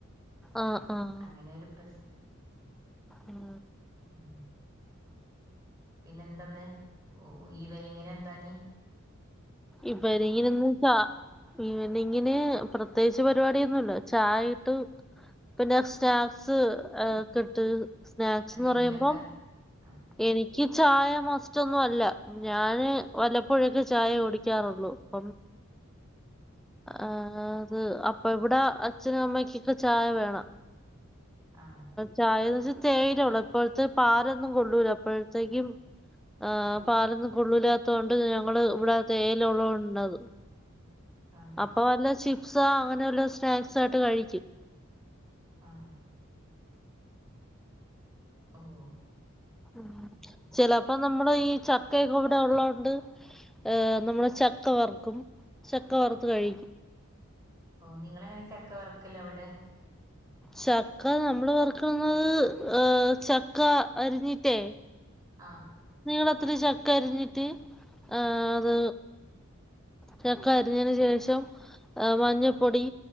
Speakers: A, in the centre; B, on the right.
A: ആഹ് ആഹ്
B: അങ്ങനെയൊരു പ്രശ്
A: ഉം
B: ഉം പിന്നെന്താന്ന് ഓഹ് ഈവനിങ്ങിനെന്താഞ്ഞ്
A: ഇവരെങ്ങിനിന്ന് ചാ ഈവനിങ്ങിന് പ്രത്യേകിച്ച് പരിപാടിയൊന്നുല്ല ചായ ഇട്ട് പിന്നെ സ്നാക്സ് ആഹ് കെട്ട് സ്നാക്സ്ന്ന്
B: എന്തെങ്കിലൊക്കെ
A: പറയുമ്പം
B: ആഹ്
A: എനിക്ക് ചായ മസ്റ്റൊന്നും അല്ല ഞാന് വല്ലപ്പോഴൊക്കെ ചായ ഉടി ക്കാറുള്ളൂ അപ്പം ആഹ് അത് അപ്പൊ ഇവിടെ അച്ഛനും അമ്മക്കൊക്കെ ചായ വേണം.
B: ആഹ്
A: ചായന്ന് വെച്ച തേയിലേ ഉള്ളൂ ഇപ്പോഴത്തെ പാലൊന്നും കൊള്ളൂല അപ്പോഴത്തേക്കും. ആഹ് പാലൊന്നും കൊള്ളില്ലാത്ത കൊണ്ട് ഞങ്ങള് ഇവിടെ തേയില ഉള്ളൊണ്ടത്
B: ആഹ്
A: അപ്പൊ വല്ല ചിപ്സൊ അങ്ങനെല്ല സ്നാക്സ് ആയിട്ട് കഴിക്കും.
B: ആഹ് ഓഹ്
A: ഉം ചിലപ്പോ നമ്മള് ഈ ചക്കയൊക്കെ ഇവിടെ ഉള്ളതോണ്ട് ഏഹ് നമ്മുടെ ചക്ക വറുക്കും ചക്ക വറുത്ത് കഴി
B: ഓഹ് നിങ്ങളെങ്ങനെ ചക്ക വർക്കല് അവിടെ?
A: ചക്ക നമ്മള് വറുക്കുന്നത് ഏഹ് ചക്ക അരിഞ്ഞിട്ടേ
B: ആഹ്
A: നീളത്തില് ചക്ക അരിഞ്ഞിട്ട് ആഹ് അത് ചക്ക അരിഞ്ഞതിന് ശേഷം ഏഹ് മഞ്ഞപ്പൊടി